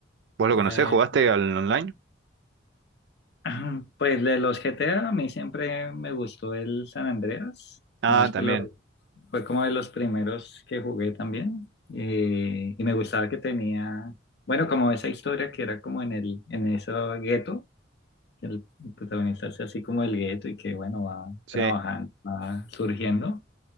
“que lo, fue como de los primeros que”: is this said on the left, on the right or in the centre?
Left